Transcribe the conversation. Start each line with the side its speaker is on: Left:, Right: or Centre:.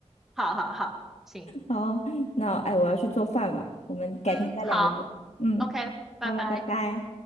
Centre: 好好好，行，
Left: 好，那哎，我要去做饭了，我们改天再聊喽。
Centre: 嗯，好
Left: 嗯，
Centre: ，OK，拜拜。
Left: 好了，拜拜。